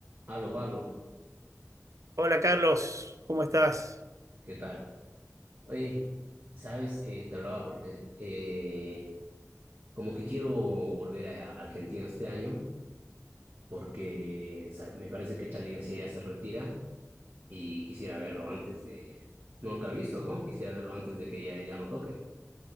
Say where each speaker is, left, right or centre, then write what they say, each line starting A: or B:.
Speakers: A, on the right (about 45°); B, on the right (about 75°).
A: Aló, Pablo,
B: Hola Carlos, ¿cómo estás?
A: ¿qué tal? Oye, sabes, Eh, te hablaba porque eh, como que quiero volver a Argentina este año porque ¿sabes? me parece que Charly García ya se retira y quisiera verlo antes de... No, Nunca lo he visto, ¿no? Quisiera verlo antes de que ya, ya no toque.